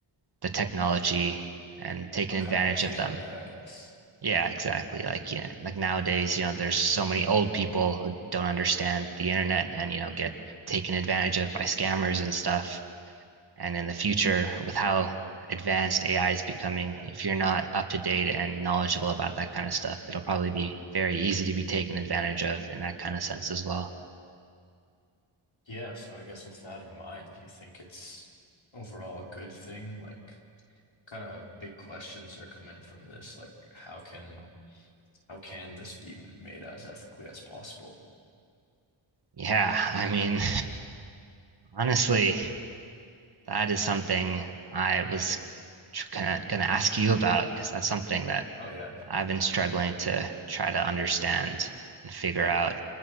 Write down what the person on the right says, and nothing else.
the technology and taking
advantage
of
them.
Yeah, exactly. Like, yeah, like nowadays, you know, there's so many old people who don't understand the internet and, you know, get taken advantage of by scammers and stuff. And in the future, with how advanced AI is becoming, if you're not up to date and knowledgeable about that kind of stuff, it'll probably be very easy to be taken advantage of in that kind of sense as well.
Yeah, I mean, <laughs> honestly, that is something I was gonna, gonna ask you about because that's something that
I've been struggling to try to understand and figure out